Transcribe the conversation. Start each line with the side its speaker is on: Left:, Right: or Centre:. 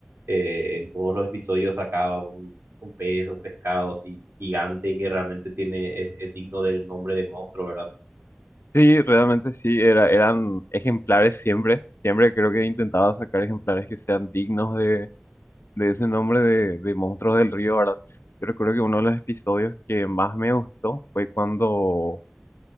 Right: eh, en todos los episodios acaba un, un pez, un pescado así gigante que realmente tiene, es, es digno del nombre de monstruo, ¿verdad?
Left: Sí, realmente sí, era, eran ejemplares siempre, siempre creo que he intentado sacar ejemplares que sean dignos de, de ese nombre de, de Monstruos del Río, ¿verdad? Yo recuerdo que uno de los episodios que más me gustó fue cuando,